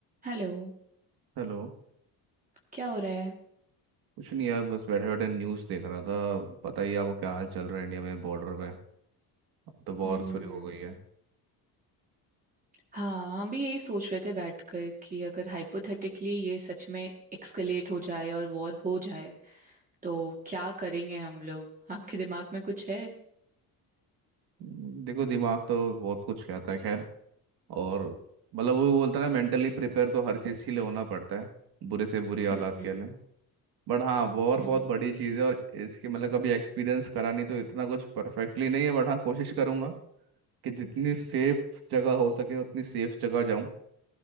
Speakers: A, on the right; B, on the right.
A: हेलो
B: हेलो
A: क्या हो रहा है
B: कुछ नहीं यार बस बैठे बैठे न्यूज़ देख रहा था पता ही है आपको क्या हाल चल रहा है इंडिया में बॉर्डर पे अब तो वॉर
A: हम्म
B: शुरू हो गई है
A: हाँ हम भी यही सोच रहे थे बैठकर कि अगर हाइपोथेटिकली ये सच में एक्सकलेट हो जाए और वॉर हो जाए तो क्या करेंगे हम लोग आपके दिमाग में कुछ है
B: हम्म, देखो दिमाग तो बहुत कुछ कहता है खैर और मतलब वो बोलता है ना मेंटली प्रिपेयर तो हर चीज़ के लिए होना पड़ता है बुरे से बुरी हालात
A: हम्म हम्म
B: के लिए बट हाँ वॉर
A: हम्म
B: बहुत बड़ी चीज़ है और इसके मतलब कभी एक्सपीरियंस करा नहीं तो इतना कुछ परफेक्टली नहीं है बट हाँ कोशिश करूंगा कि जितनी सेफ जगह हो सके उतनी सेफ जगह जाऊं